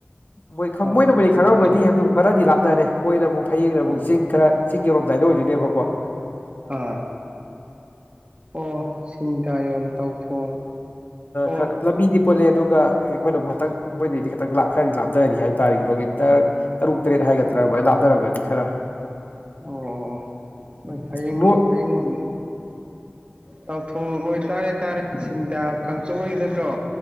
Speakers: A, on the left; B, on the right.
A: ꯃꯣꯏ
B: ꯇꯥꯎꯊꯣꯡ
A: ꯃꯣꯏꯅꯕꯨꯗꯤ ꯈꯪꯉꯝꯒꯗꯤ ꯑꯗꯨꯛ ꯈꯔꯗꯤ ꯂꯥꯞꯅꯔꯦ ꯃꯣꯏꯅꯕꯨ ꯐꯌꯦꯡꯅꯕꯨ
B: ꯑꯥ
A: ꯆꯤꯡ ꯈꯔ ꯆꯤꯡ ꯌꯧꯔ ꯀꯗꯥꯏꯗ ꯑꯣꯏꯗꯦꯕꯀꯣ
B: ꯑꯥ ꯑꯣ ꯁꯤꯡꯗꯥꯥꯌꯣꯟ ꯇꯥꯎꯊꯣꯡ ꯑꯣ
A: ꯈꯔ ꯂꯝꯕꯤꯗꯤ ꯄꯨꯜꯂꯦ ꯑꯗꯨꯒ ꯑꯩꯈꯣꯏꯅ ꯑꯃꯨꯊꯪ ꯃꯣꯏꯗꯤ ꯈꯤꯇꯪ ꯂꯥꯛꯦ ꯈꯔꯗꯤ ꯂꯥꯞꯅꯔꯅꯤ ꯍꯥꯏꯕ ꯇꯥꯔꯦ ꯀꯤꯂꯣꯃꯤꯇꯔ ꯇꯔꯨꯛ ꯇꯔꯦꯠ ꯍꯥꯏꯒꯗ꯭ꯔꯥ ꯑꯗꯨꯃꯥꯏꯅ ꯂꯥꯞꯅꯔꯝꯒꯅꯤ ꯈꯔ
B: ꯑꯣ ꯑꯣ ꯑꯣ ꯍꯣꯏ ꯐꯌꯦꯡ
A: ꯕ꯭ꯔꯣ
B: ꯐꯌꯦꯡ ꯎꯝ ꯇꯧꯊꯣꯡ ꯑꯣꯏꯇꯥꯥꯔꯦ ꯇꯥꯔꯦ ꯁꯤꯡꯗꯥ ꯀꯥꯡꯆꯨ ꯍ ꯅꯠꯇ꯭ꯔꯣ